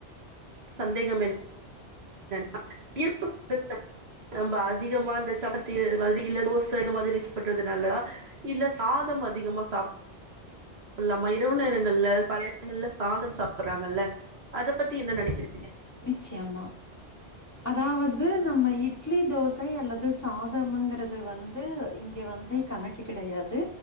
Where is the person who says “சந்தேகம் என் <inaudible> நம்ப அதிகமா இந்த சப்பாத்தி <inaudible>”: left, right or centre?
Right